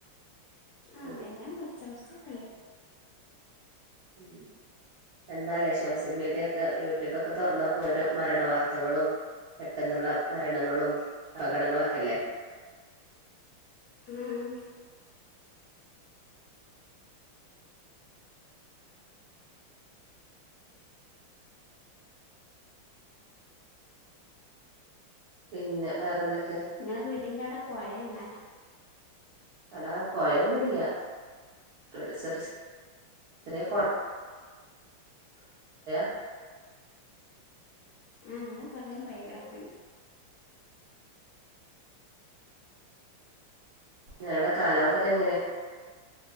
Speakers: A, on the left (about 85°); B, on the right (about 70°).
A: ആ
B: ഉം
A: എല്ലാം കൊറ ചോർച്ച ഒക്കെ ഇൻ
B: ഉം എന്താലേ സോഷ്യൽ മീഡിയക്കെ പ്പൊക്കെ തുറന്നപ്പോഓരോ മരണ വർത്തകളും പെട്ടെന്നുള്ള മരണങ്ങളും അപകടങ്ങളൊക്കെല്ലേ
A: ഉം
B: പിന്നെ വേറെന്തൊക്കെയ
A: ങ്ങളെ വീടിന്റെ അവിടെ പോയണ്ടാ
B: അടാ പോയൊന്നുംല്ല അവിടെ ചെറിയ ചെറിയ <inaudible>
A: ആ അവിടെ കുറം പൈകളൊക്കെ ഉണ്ട്
B: ഞങ്ങളടെ കാലാവക്കെ എങ്ങനെയ